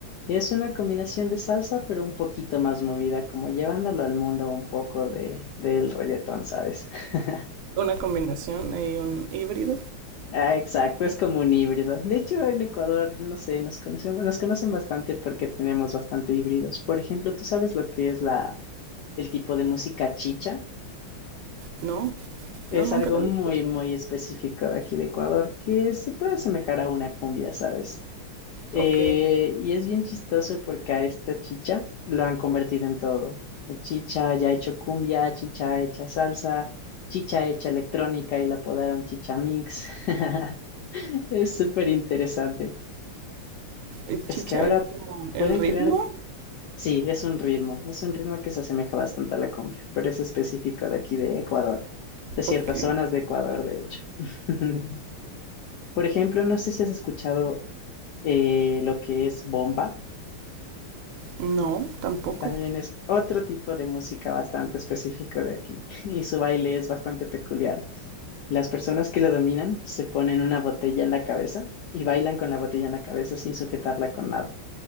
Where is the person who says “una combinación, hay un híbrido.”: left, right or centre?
Right